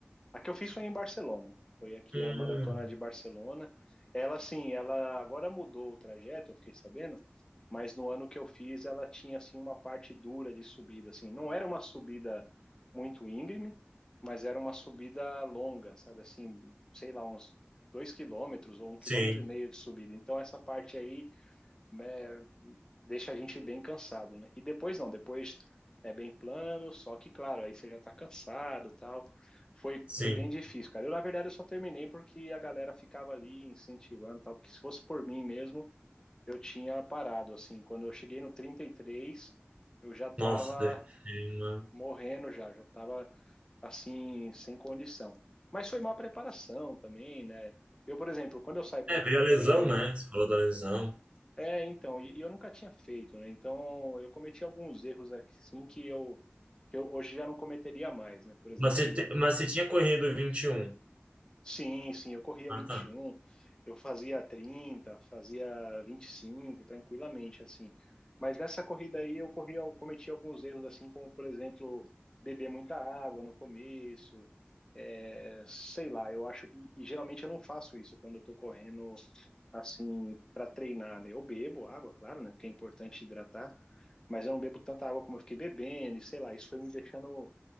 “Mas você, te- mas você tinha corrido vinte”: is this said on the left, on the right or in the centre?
Right